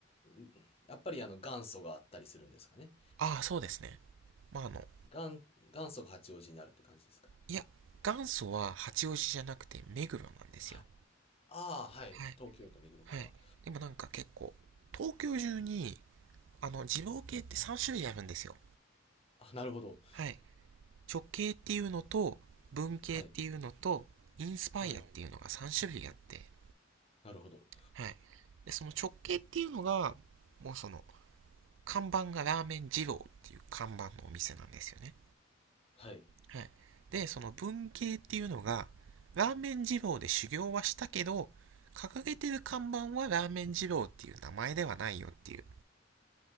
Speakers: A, on the left; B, on the right.
A: んやっぱりあの元祖があったりするんですかね。
B: ああ、そうですね。まああの、
A: 元、元祖が八王子になるって感じですか。
B: いや、元祖は八王子じゃなくて目黒なんですよ。
A: はい。ああ、はい。
B: はい。
A: 東京都目黒区か。
B: はい。でもなんか結構、東京中に、あの、二郎系って3種類あるんですよ。
A: あ、なるほど。
B: はい。直系っていうのと、文系っていうのと、
A: はい。
B: インスパイアっていうのが3種類あって、
A: はい。なるほど。
B: はい。で、その直系っていうのが、もうその、看板がラーメン二郎っていう看板のお店なんですよね。
A: はい。
B: はい。で、その文系っていうのが、ラーメン二郎で修行はしたけど、掲げてる看板はラーメン二郎っていう名前ではないよっていう、